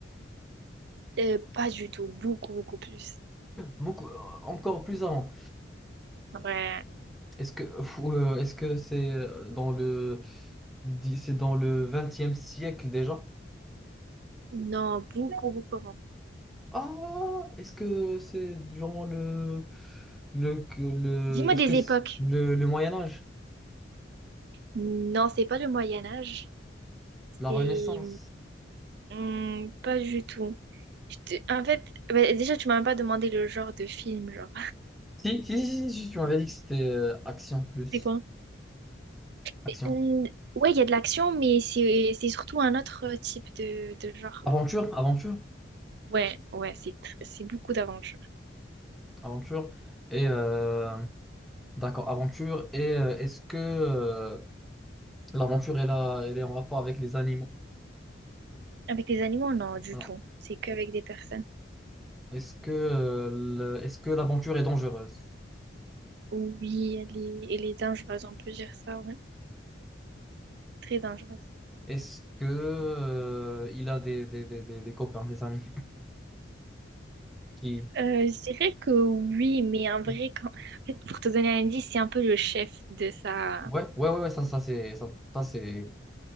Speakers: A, on the right; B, in the centre.
A: Euh, pas du tout, beaucoup, beaucoup plus.
B: Beaucoup, euh, encore plus avant.
A: Ouais.
B: Est-ce que, fou, euh, est-ce que c'est euh, dans le, dix, c'est dans le vingtième siècle déjà?
A: Non, beaucoup, beaucoup avant.
B: Ah, est-ce que c'est durant le Le, que- le,
A: Dis-moi
B: est-ce
A: des
B: que c'est-
A: époques.
B: le, le Moyen Âge,
A: Non, c'est pas le Moyen Âge.
B: la
A: C'est
B: Renaissance?
A: hum, pas du tout. Je te- En fait, bah, déjà, tu m'as même pas demandé le genre de film, genre.
B: Si, si, si, si, si, tu m'avais dit que c'était euh, action plus
A: C'est quoi?
B: action.
A: C'est- hum, Ouais, il y a de l'action, mais c'est c'est surtout un autre type de, de genre.
B: Aventure, aventure,
A: Ouais, ouais, c'est tr- c'est beaucoup d'aventures.
B: aventure. Et euh, d'accord, aventure. Et euh, est-ce que euh, l'aventure est là, elle est en rapport avec les animaux?
A: Avec les animaux, non, du
B: Non.
A: tout. C'est qu'avec des personnes.
B: Est-ce que euh, le- est-ce que l'aventure est dangereuse?
A: Oui, elle est, elle est dangereuse, on peut dire ça, ouais. Très dangereuse.
B: Est-ce que euh, il a des, des, des, des, des copains, des amis qui...
A: Euh, je dirais que oui, mais en vrai,
B: Ouais,
A: quand- en fait, pour te donner un indice, c'est un peu le chef de sa...
B: ouais, ouais, ouais, ça, ça c'est ça, ça c'est